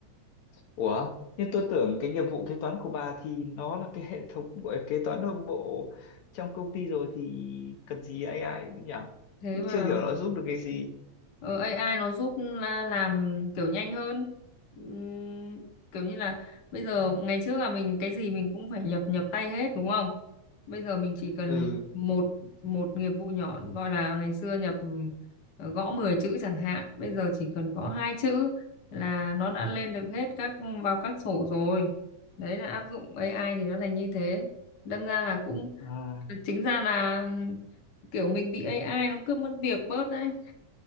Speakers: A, on the left; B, on the left.
A: ủa nhưng tôi tưởng cái nghiệp vụ kế toán của bà thì nó là cái hệ thống gọi kế toán nội bộ trong công ty rồi thì cần gì AI nhỉ
B: Thế
A: cũng
B: mà
A: chưa hiểu nó giúp được cái gì
B: Ờ, AI nó giúp la- làm kiểu nhanh hơn Ừm, kiểu như là bây giờ ngày trước là mình cái gì mình cũng phải nhập nhập tay hết đúng không bây giờ mình chỉ cần
A: ừ
B: nhập một một nghiệp vụ nhỏ gọi là ngày xưa nhập ừm, gõ 10 chữ chẳng hạn bây giờ chỉ cần gõ hai chữ là nó đã lên được hết các vào các sổ rồi đấy là áp dụng AI thì nó thành như thế đâm ra là cũng
A: à
B: chính ra là ừm, kiểu mình bị AI nó cướp mất việc bớt đấy